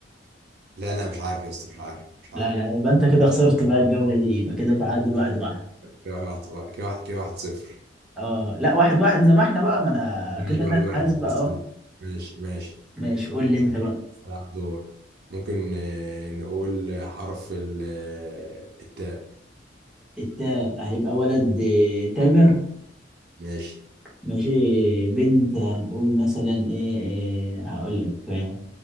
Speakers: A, on the right (about 60°); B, in the centre.
A: لا لا مش عارف يا اسطى مش عارف مش
B: لا
A: عارف
B: لا يبقى انت كده خسرت بقى الجوله دي يبقى كده تعادل واحد واحد
A: كده واحد كده واحد كده واحد صفر
B: اه لا واحد واحد زي ما احنا بقى ما انا
A: ماشي
B: كده انا
A: واحد
B: اللي
A: واحد
B: هسبق
A: لسه
B: اه
A: ماشي ماشي
B: ماشي قول لي انت
A: ماشي
B: بقى
A: على الدور ممكن آه، نقول حرف ال- آه، التاء
B: التاء هيبقى ولد إيه، تامر
A: ماشي
B: ماشي بنت هنقول مثلا ايه, إيه هقول لك آه،